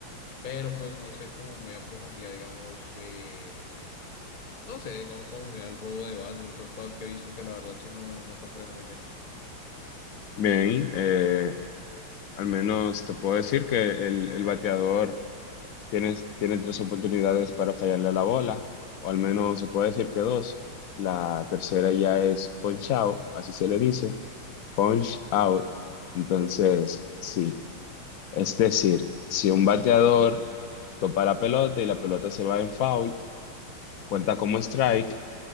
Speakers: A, on the left; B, on the left.
A: pero pues no sé como muy a profundidad, digamos, eh, no sé, digamos, cómo funciona el robo de bases, estas cosas que he visto que la verdad sí no, no comprendo muy bien.
B: Bien, eh, al menos te puedo decir que el, el bateador tiene, tiene tres oportunidades para fallarle a la bola, o al menos se puede decir que dos. La tercera ya es punch out, así se le dice, punch out. Entonces, sí, es decir, si un bateador topa la pelota y la pelota se va en foul, cuenta como strike.